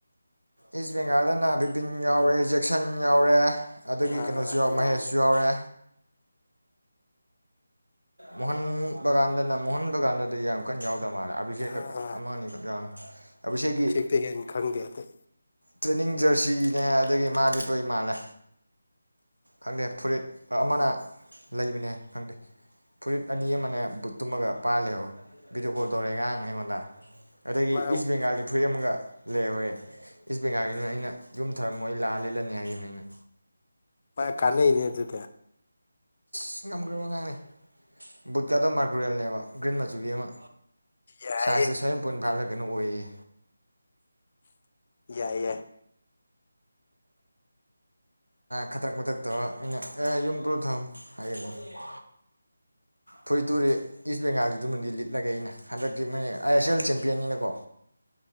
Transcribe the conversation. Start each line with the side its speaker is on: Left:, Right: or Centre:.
Right: ꯏꯁ ꯕꯦꯡꯒꯥꯜꯗꯅ ꯕꯤꯕꯤꯟ ꯌꯥꯎꯔꯦ ꯖꯦꯛꯁꯟ ꯌꯥꯎꯔꯦ ꯑꯗꯒꯤ
Left: ꯑ
Right: ꯀꯩꯅꯣꯁꯨ ꯌꯥꯎꯔꯦ
Left: ꯌꯥꯎꯕ
Right: ꯃꯍꯦꯁꯁꯨ ꯌꯥꯎꯔꯦ ꯃꯣꯍꯟ ꯕꯒꯥꯟꯗꯅ ꯃꯣꯍꯟ ꯕꯒꯥꯟꯗꯗꯤ ꯌꯥꯝ ꯀꯟ ꯌꯥꯎꯗ ꯃꯥꯜꯂꯦ ꯑꯕꯤꯁꯦꯛꯀ
Left: ꯑ
Right: ꯑꯃꯅꯤꯈꯛ ꯌꯥꯎꯅꯤ ꯑꯕꯤꯁꯦꯛꯀꯤ
Left: ꯇꯦꯑꯦꯟ ꯈꯟꯗꯦ ꯑꯇꯩ
Right: ꯇ꯭ꯔꯦꯅꯤꯡ ꯖꯔꯁꯤꯅꯦ ꯑꯗꯒꯤ ꯃꯥꯗꯤ ꯂꯣꯏ ꯃꯥꯥꯜꯂꯦ ꯈꯪꯗꯦ ꯐꯨꯔꯤꯠ ꯑꯃꯅ ꯂꯩꯕꯅꯦ ꯍꯥꯏ ꯈꯪꯗꯦ ꯐꯨꯔꯤꯠ ꯑꯅꯤ ꯑꯃꯅꯦ ꯕꯨꯠ ꯇꯨꯝꯃꯒ ꯄꯥ ꯂꯩꯍꯧꯋꯤ ꯚꯤꯗꯤꯑꯣ ꯀꯣꯜ ꯇꯧꯔꯦ ꯉꯔꯥꯡ ꯑꯩꯉꯣꯟꯗ ꯑꯗꯒꯤ
Left: ꯃꯥ
Right: ꯏꯁ ꯕꯦꯡꯒꯥꯜꯒꯤ ꯐꯨꯔꯤꯠ ꯑꯃꯒ ꯂꯩꯍꯧꯋꯦ ꯏꯁ ꯕꯦꯡꯒꯥꯜꯒꯤꯅ ꯑꯩꯅ ꯌꯨꯝ ꯊꯔꯝꯃꯣꯏ ꯂꯥꯛꯑ ꯂꯤꯠꯂꯅꯤ ꯍꯥꯏꯈꯤꯕꯅ ꯑꯩꯅ
Left: ꯃꯥꯥꯏ ꯀꯥꯟꯅꯩꯅꯦ ꯑꯗꯨꯗꯤ
Right: ꯑꯁ ꯉꯝꯈ꯭ꯔꯕ <unintelligible> ꯉꯍꯥꯡꯅꯤ ꯕꯨꯠꯀꯗꯣ ꯃꯥꯔꯀ꯭ꯔꯨꯋꯦꯜꯅꯦꯕ ꯒ꯭ꯔꯤꯟ ꯃꯆꯨꯒꯤ ꯑꯃ
Left: ꯌꯥꯏꯌꯦ
Right: ꯁꯥꯏꯖꯇ ꯁ꯭ꯚꯦꯟ ꯄꯣꯏꯟ ꯐꯥꯏꯐꯂ ꯀꯩꯅꯣꯝꯈꯛ ꯑꯣꯏꯌꯦꯌꯦ
Left: ꯌꯥꯏ ꯌꯥꯏ
Right: ꯈꯗ꯭ꯔꯛ ꯃꯗ꯭ꯔꯛ ꯇꯧꯔꯒ ꯑꯩꯅ ꯑꯦ ꯌꯨꯝ ꯄꯨꯔꯣ ꯊꯝꯅꯝꯃꯣ ꯍꯥꯏꯒꯤꯕꯅꯦ ꯑꯩꯅ ꯐꯨꯔꯤꯠꯇꯨꯔꯤ ꯏꯁ ꯕꯦꯡꯒꯥꯜꯗꯨꯗꯨꯃꯗꯤ ꯂꯤꯠꯂꯒꯦ ꯑꯩꯅ ꯍꯟꯗꯛꯇꯤ ꯃꯣꯏꯅ ꯑꯥꯏ ꯑꯦꯁ ꯑꯦꯜ ꯆꯦꯝꯄꯤꯌꯟꯅꯤꯅꯀꯣ